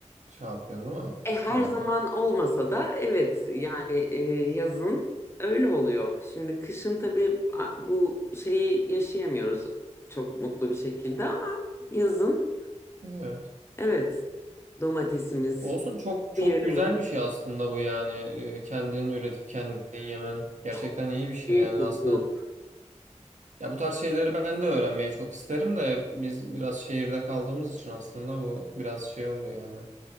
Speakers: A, on the right (about 80°); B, on the left (about 20°).
A: şey yapıyorsun değil mi?
B: E her
A: Yani.
B: zaman olmasa da evet yani e, yazın öyle oluyor. Şimdi kışın tabii a- bu şeyi yaşayamıyoruz çok mutlu bir şekilde ama yazın
A: Evet.
B: evet domatesimiz,
A: Olsun çok çok
B: yarımız
A: güzel bir şey aslında bu yani. Ee, Kendin üretip kendin yemen gerçekten
B: çok
A: iyi bir şey
B: büyük
A: yani
B: mutluluk.
A: aslında. Ya bu tarz şeyleri ben de öğrenmeyi çok isterim de biz biraz şehirde kaldığımız için aslında bu biraz şey oluyor yani.